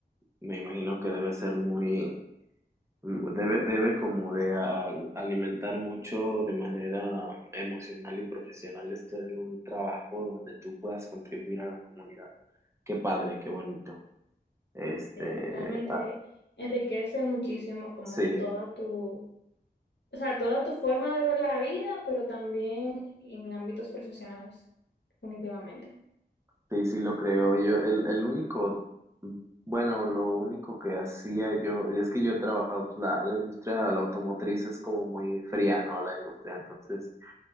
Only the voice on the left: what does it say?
sí, realmente
enriquece muchísimo como
toda tu, o sea, toda tu forma de ver la vida, pero también en ámbitos profesionales, definitivamente.